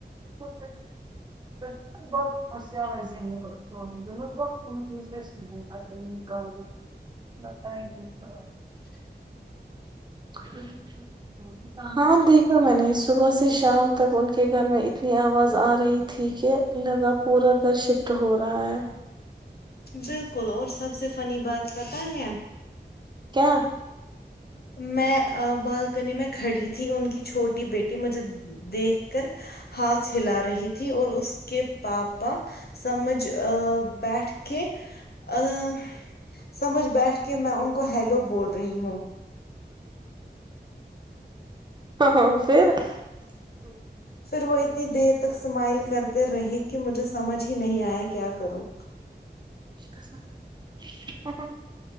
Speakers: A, on the right; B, on the left.
A: <unintelligible> <unintelligible> <unintelligible>
B: <inaudible>
A: <unintelligible> ہاں دیکھا میں نے صبح سے شام تک ان کے گھر میں آواز آ رہی تھی کہ ان لوگ کا پورا گھر شفٹ ہو رہا ہے
B: بالکل اور سب سے فنی بات پتہ ہے
A: کیا
B: میں بالکنی میں کھڑی تھی ان کی چھوٹی بیٹی مجھے دیکھ کر ہاتھ ہلا رہی تھی تھی اور اس کے پاپا سمجھ بیٹھ کے اہ سمجھ بیٹھ کے میں ان کو ہیلو بول رہی ہوں
A: ہاں ہاں پھر ہ
B: پھر وہ اتنی دیر تک اسمائل کرتے رہے کہ مجھے سمجھ ہی نہیں آیا کیا کروں
A: ہوں ہوں